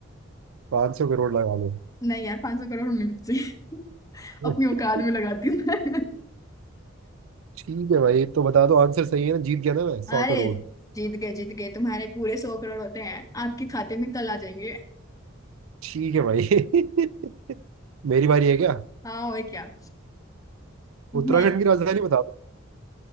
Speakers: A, on the right; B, on the left.
A: पाँच सौ करोड़ लगा लो
B: नहीं यार पांच सौ करोड़ में बच्चे <laughs>
A: <laughs>
B: अपनी औकात में लगाती हूँ मैं।
A: ठीक है भाई तो बता दो आंसर सही है ना जीत गया ना मैं सौ
B: अरे
A: करोड़
B: जीत गए जीत गए तुम्हारे पूरे सौ करोड़ होते हैं आपके खाते में कल आ जाएंगे
A: ठीक है भाई <laughs> मेरी बारी है क्या
B: हाँ और क्या मैं
A: उत्तराखंड की राजधानी बता दो